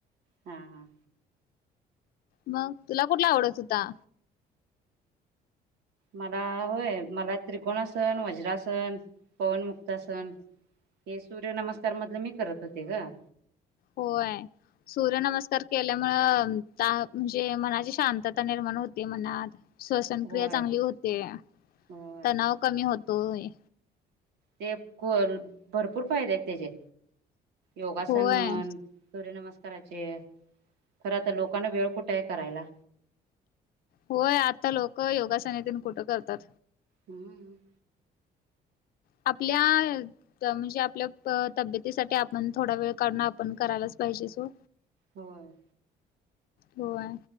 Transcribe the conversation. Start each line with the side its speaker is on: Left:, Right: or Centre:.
Right: हा हा
Left: मग तूला कुटला आवडत होता.
Right: मला, व्हय मला त्रिकोणासन, वज्रासन, पवनमुक् तासन, हे सूर्यनमस्कार मधलं मी करत होते गं.
Left: होय, सूर्यनमस्कार केल्यामुळं ताह् म्हणजे मनाची शांतता निर्माण होते मनात. श्वसन
Right: होय
Left: क्रिया चांगली होते.
Right: होय
Left: तणाव कमी होतोय.
Right: तेप कोल भरपूर फायदे आहेत त्याचे. योगासन
Left: होय
Right: म्हण, सूर्यनमस करायचे, खरं त लोकांना वेळ कुटं आय करायला.
Left: होय आता लोकं योगासनेतेन कुटं करतात.
Right: हम्म
Left: आपल्या त म्हणजे आपल्या प तब्येतीसाठी आपण थोडा वेळ काढून आपण करायलाच पाहिजेच ओ
Right: होय.
Left: होय,